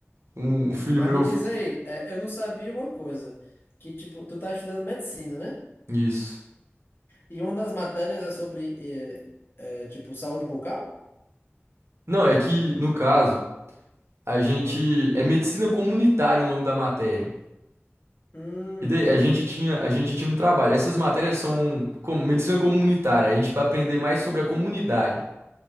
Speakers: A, on the right (about 75°); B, on the left (about 55°).
A: Um, um filho
B: Mas
A: meu.
B: me diz aí, é, eu não sabia uma coisa, que tipo, tu tá estudando medicina, né?
A: Isso.
B: E uma das matérias é sobre, eh, eh, tipo, saúde bucal?
A: Não, é que, no caso, a gente. É medicina comunitária o nome da matéria.
B: Hum,
A: E daí
B: entendi.
A: a gente tinha, a gente tinha um trabalho. Essas matérias são como medicina comunitária. A gente vai aprender mais sobre a comunidade.